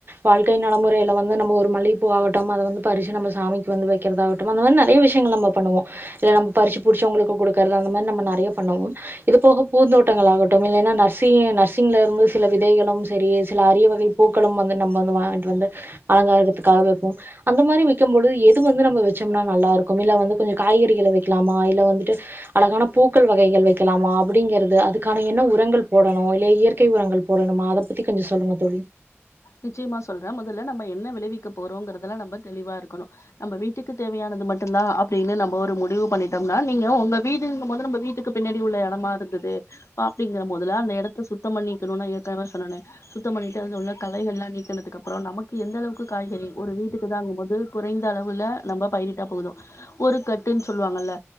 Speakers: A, on the right (about 45°); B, on the left (about 75°).
A: வாழ்க்கை நடமுறைல வந்து நம்ப ஒரு மல்லிப்பூ ஆகட்டும் அத வந்து பறிச்சு நம்ம சாமிக்கு வந்து வெக்கிறதாகட் டும் அந்த மாரி நறைய விஷயங்கள் நம்ம பண்ணுவோ இதுல நம் பறிச்சி புடிச்சவங்களுக்கு கொடுக்குறது அந்த மாரி நம்ம நறைய பண்ணுவோம் இது போக பூந்தோட்டங்கள் ஆகட்டும் இல்லனா நர்சி நர்சிங்ல இருந்து சில விதைகளும் சரி சில அரிய வகை பூக்களும் வந்து நம்ம வந்து வாங்கிட்டு வந்து அலங்காரத்துக்காக வெப்போம் அந்த மாரி வெக்கும்பொழு எது வந்து நம்ம வச்சோம்னா நல்லா இருக்கும் இல்ல வந்து கொஞ்ச காய்கறிகள வெக்கலாமா இல்ல வந்துட்டு அழகான பூக்கள் வகைகள் வெக்கலாமா அப்டிங்கறது அதுக்கான என்ன உரங்கள் போடணு இல்ல இயற்கை உரங்கள் போடணுமா அத பத்தி கொஞ்ச சொல்லுங்க தோழி
B: நிச்சியமா சொல்றே மொதல்ல நம்ம என்ன விளைவிக்க போறோங்கிறதுல நம்ப தெளிவா இருக்கணு நம்ப வீட்டுக்கு தேவையானது மட்டுந்தா அப்படின்னு நம்ப ஒரு முடிவு பண்ணிட்டோம்னா நீங்க உங்க வீடுங்கும்போது நம்ப வீட்டுக் க்கு பின்னாடி உள்ள இடமா இருந்தது அப்டிங்கற போதுலா அந்த இடத்த சுத்தம் பண்ணிக்கணுனா ஏற்கனவே சொன்னனே சுத்தம் பண்ணிட்ட உள்ள களைகள்லா நீக்கனதுக்கு அப்பறோ நமக்கு எந்த அளவுக்கு காய்கறி ஒரு வீட்டுக்குதாங்கும் போது குறைந்த அளவுல நம்ப பயிரிட்டா போது ஒரு கட்டுன் சொல்வாங்கல்ல